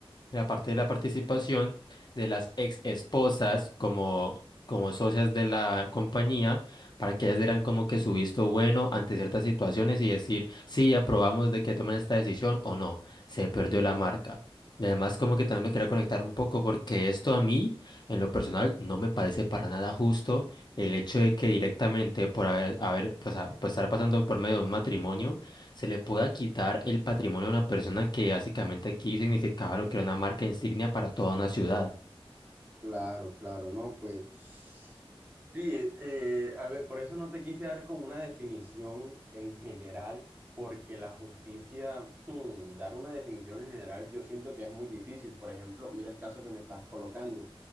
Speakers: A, on the left; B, on the right.
A: la parte de la participación de las ex esposas como, como socias de la compañía, para que ellas dieran como que su visto bueno ante ciertas situaciones y decir, sí, aprobamos de que tomen esta decisión o no, se perdió la marca. Y además como que también lo quería conectar un poco porque esto a mí, en lo personal, no me parece para nada justo el hecho de que directamente por haber, haber pues, a- pues, estar pasando por medio de un matrimonio, se le pueda quitar el patrimonio a una persona que básicamente aquí significaba lo que era una marca insignia para toda una ciudad.
B: Claro, claro, no, pues sí, eh, eh, a ver, por eso no te quise dar como una definición en general, porque la justicia, <laughs> hmm, dar una definición en general, yo siento que es muy difícil. Por ejemplo, mira el caso que me estás colocando.